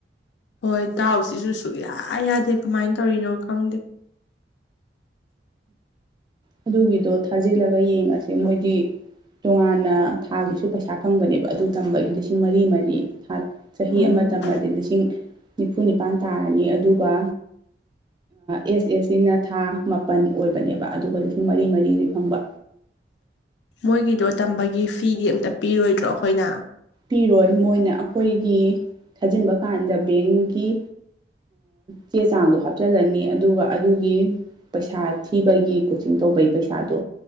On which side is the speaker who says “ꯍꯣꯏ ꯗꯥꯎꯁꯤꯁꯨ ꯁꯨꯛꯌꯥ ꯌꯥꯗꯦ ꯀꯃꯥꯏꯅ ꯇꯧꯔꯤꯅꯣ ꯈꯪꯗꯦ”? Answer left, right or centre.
Left